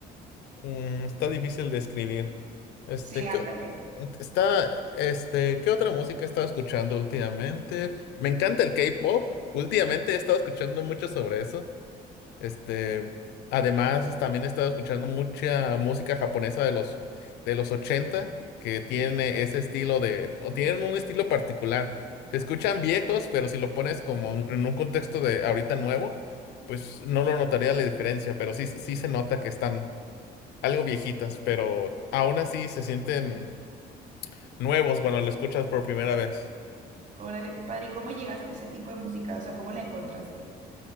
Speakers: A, on the left; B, on the right.
A: Mm, está difícil de escribir. Este,
B: Sí, ándale.
A: ¿qué, está, este, ¿qué otra música he estado escuchando últimamente? Me encanta el K-pop. Últimamente he estado escuchando mucho sobre eso. Este, además, es- también he estado escuchando mucha música japonesa de los, de los ochenta que tiene ese estilo de, o tienen un estilo particular. Se escuchan viejos, pero si lo pones como en en un contexto de ahorita nuevo, pues no lo notaría la diferencia, pero sí, sí se nota que están algo viejitas, pero aún así se sienten nuevos cuando lo escuchas por primera vez.
B: Órale, qué padre. ¿Y cómo llegaste a ese tipo de música? O sea, ¿cómo la encontraste?